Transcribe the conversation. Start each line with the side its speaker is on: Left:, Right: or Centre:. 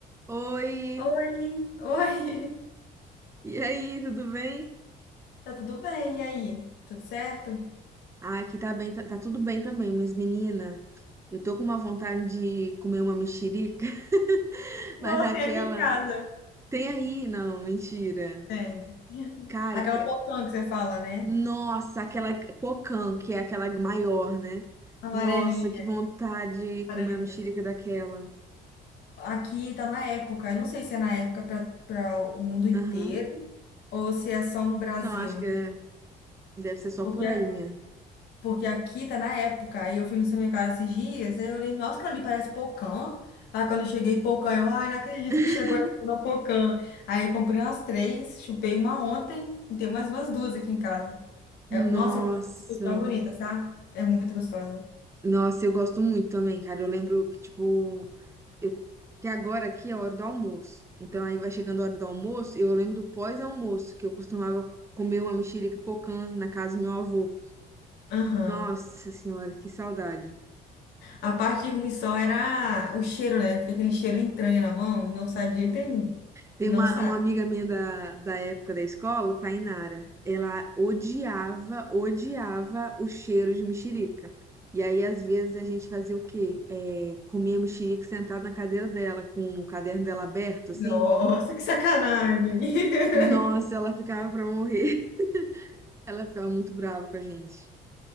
Right: Oi,
Left: Oi, oi,
Right: e aí, tudo bem?
Left: <laughs> tá tudo bem? E aí? Tudo certo?
Right: Ah, aqui tá bem, tá, tá tudo bem também, mas menina, eu tô com uma vontade de comer uma mexerica, <laughs>
Left: Nossa,
Right: mas aquela
Left: tem aqui em casa.
Right: tem aí, não, mentira.
Left: Tem. <laughs>
Right: Cara,
Left: Aquela
Right: é-
Left: portão que você fala, né?
Right: nossa, aquela pocã, que é aquela maior, né?
Left: Amarelinha.
Right: Nossa, que vontade de
Left: Laranja,
Right: comer a mexerica
Left: quer dizer.
Right: daquela.
Left: Aqui tá na época. Eu não sei se é na época para para o mundo inteiro
Right: Aham.
Left: ou se é só no Brasil.
Right: Não, acho que
Left: né?
Right: é- deve ser só
Left: Porque
Right: por aí mesmo.
Left: Porque aqui tá na época. Aí eu fui no supermercado esses dias, aí eu olhei, nossa, aquilo ali parece pocã. Aí quando eu cheguei, pocã, eu, ai, não acredito
Right: <laughs>
Left: que chegou na pocã. Aí comprei umas três, chupei uma ontem e tenho mais umas duas aqui em casa. É- nossa,
Right: Nossa,
Left: é uma das minhas favoritas, tá? É muito gostosa.
Right: nossa, eu gosto muito também, cara. Eu lembro que, tipo, eu- que agora aqui é a hora do almoço. Então aí vai chegando a hora do almoço, eu lembro do pós-almoço, que eu costumava comer uma mexerica pocã na casa do meu avô.
Left: Aham.
Right: Nossa senhora, que saudade.
Left: A parte ruim só era o cheiro, né? Fica aquele cheiro entranha na mão e não sai de jeito nenhum.
Right: Tem
Left: Não
Right: uma,
Left: sai.
Right: uma amiga minha da, da época da escola, Tainara. Ela odiava, odiava o cheiro de mexerica. E aí, às vezes, a gente fazia o quê? É, comia mexerica sentada na cadeira dela, com o caderno dela aberto, assim.
Left: Nossa, que sacanagem. <laughs>
Right: Nossa, ela ficava pra morrer. <laughs> Ela ficava muito brava com a gente.